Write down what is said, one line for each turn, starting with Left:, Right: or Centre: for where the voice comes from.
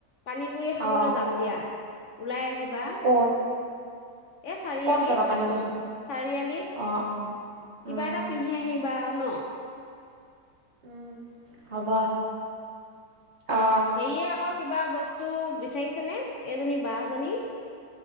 Left: পানী পুৰি খাবলৈ
Right: অ
Left: জাম দিয়া। ওলাই। আহিবা
Right: কত?
Left: এই চাৰিআলিত
Right: কত যাবা পানী পই কব?
Left: চাৰিআলিত
Right: অ', অ'।
Left: কিবা
Right: উম
Left: এটা পিন্ধি আহিবা আউ ন।
Right: উম। হব। অ
Left: হেইয়ে আকৌ কিবা বছ তো বিচাৰিছে নে এইজনী বা জনী।